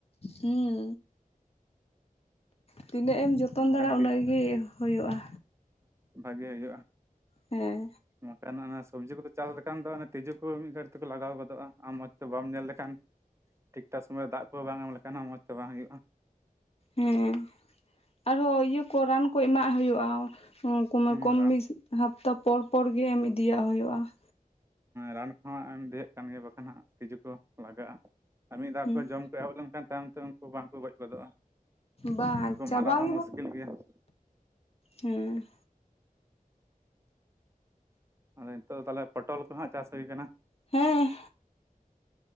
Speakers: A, on the left (about 45°); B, on the right (about 20°).
A: ᱦᱮᱸ ᱛᱤᱱᱟᱹᱜ ᱮᱢ ᱡᱚᱛᱚᱱ
B: ᱚᱱᱠᱟᱱ
A: ᱫᱟᱲᱟ ᱩᱱᱟᱹᱜ ᱜᱮ ᱦᱩᱭᱩᱜᱼᱟ᱾
B: ᱵᱷᱟᱜᱮ ᱦᱩᱭᱩᱜᱼᱟ
A: ᱦᱮᱸ
B: ᱵᱟᱠᱷᱟᱱ ᱚᱱᱟ ᱥᱚᱵᱽᱡᱤ ᱠᱚᱫᱚ ᱪᱟᱥ ᱞᱮᱠᱷᱟᱱ ᱫᱚ ᱛᱤᱡᱩ ᱠᱚ ᱢᱤᱫ ᱜᱷᱟᱹᱲᱤᱡ ᱛᱮᱠᱚ ᱞᱟᱜᱟᱣ ᱜᱚᱫᱚᱜᱼᱟ ᱟᱢ ᱢᱚᱸᱡᱽ ᱛᱮ ᱵᱟᱢ ᱧᱮᱞ ᱞᱮᱠᱷᱟᱱ ᱴᱷᱤᱠ ᱴᱷᱟᱠ ᱥᱚᱢᱚᱭ ᱫᱟᱜ ᱠᱚ ᱵᱟᱝ ᱮᱢ ᱞᱮᱠᱷᱟᱱ ᱦᱚᱸ ᱢᱚᱸᱡᱽ ᱛᱮ ᱵᱟᱝ ᱦᱩᱭᱩᱜᱼᱟ ᱾
A: ᱦᱮᱸ, ᱟᱨᱦᱚᱸ ᱤᱭᱟᱹ ᱠᱚ ᱨᱟᱱ ᱠᱚ ᱮᱢᱟᱜ ᱦᱩᱭᱩᱜᱼᱟ, ᱦᱮᱸ ᱠᱚᱢᱮ
B: ᱦᱩᱸ
A: ᱠᱚᱢᱤᱥᱼᱼ
B: ᱨᱟᱱ
A: ᱦᱟᱯᱛᱟ ᱯᱚᱨ ᱯᱚᱨ ᱜᱮ ᱮᱢ ᱤᱫᱤᱭᱟᱜ ᱦᱩᱭᱩᱜᱼᱟ ᱾
B: ᱨᱟᱱ ᱠᱚᱦᱚᱸ ᱮᱢ ᱤᱫᱤᱭᱮᱫ ᱠᱟᱱ ᱜᱮᱭᱟ ᱵᱟᱠᱷᱟᱱ ᱦᱟᱸᱜ ᱛᱤᱡᱩ ᱠᱚ ᱞᱟᱜᱟᱜᱼᱟ ᱾ ᱟᱨ ᱢᱤᱫ ᱫᱷᱟᱣ
A: ᱦᱩᱸ
B: ᱠᱚ ᱡᱚᱢ ᱠᱚ ᱮᱦᱚᱵ ᱞᱮᱱᱠᱷᱟᱱ ᱛᱟᱭᱚᱢ ᱛᱮ ᱩᱱᱠᱩ ᱵᱟᱝᱠᱚ ᱜᱚᱡ ᱜᱚᱫᱚᱜᱼᱟ ᱾
A: ᱵᱟᱝ
B: ᱩᱱᱠᱩ
A: ᱪᱟᱵᱟ
B: ᱢᱟᱨᱟ ᱦᱚᱸ ᱢᱩᱥᱠᱤᱞ ᱜᱮᱭᱟ ᱾
A: ᱦᱩᱸ
B: ᱟᱫᱚ ᱱᱤᱛᱚᱜ ᱫᱚ ᱛᱟᱦᱚᱞᱮ ᱯᱚᱴᱚᱞ ᱠᱚᱦᱟᱸᱜ ᱪᱟᱥ ᱦᱩᱭ ᱟᱠᱟᱱᱟ ᱾
A: ᱦᱮᱸ